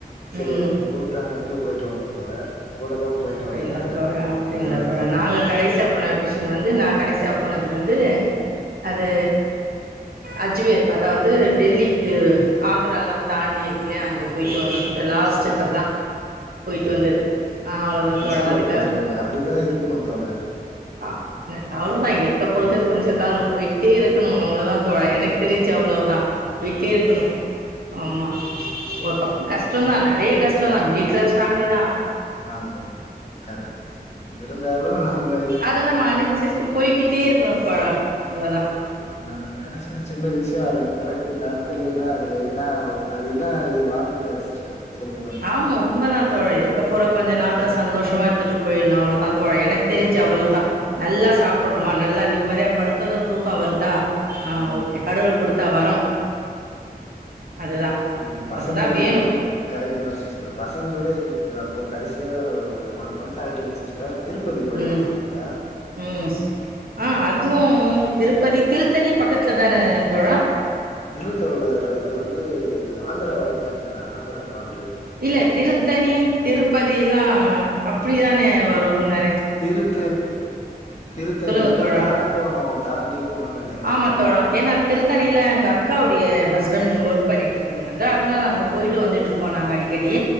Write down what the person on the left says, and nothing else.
சரி
<unintelligible> கூப்பிட்டாங்க எட்டு போயிட்டு வந்த தோழர் கூட தா போயிட்டு
வந்தே
ஆ
அதுதா
தோழர்
ஓ
சூ
சூப்பர்
பண்றங்க அப்படிதான் இருக்கணும் தோழர்
ஆ
ஆ
அவ்ள
கரெக்ட்
தா
ஆ த்த கரெக்ட் இருந்தாலு நம்ப
நம்ம நெனைச்சது சின்ன விஷ்யோ அது நட நடத்துலீனா அதுல என்னா ஒ அது இன்னா இது வாழ்க்க சிஸ்டர் சொல்லுங்க
ஆ
ஆமா
ய்யோ பசங்கூட
கரக்ட் தா சிஸ் த பசங் கூட இன்னிக் ப்போ கடைசியா ஒரு ஒன் மந்து ஆயிட்ருக்கூ சிஸ்டர் திருப்பதி போயிட்டு
வந்தோ நாங்க
இல்லத்தோழர் அது வந்து ஆந்திராவன் நெனக்கிறே ஆந்திரா பாட்டு
திருத்தணி திருத்தணி
வந்து
இங்க அரக்கோணோ தாண்டி போணுன்னு நெனைக்கிறே
தோழர்
ஆ
ஆ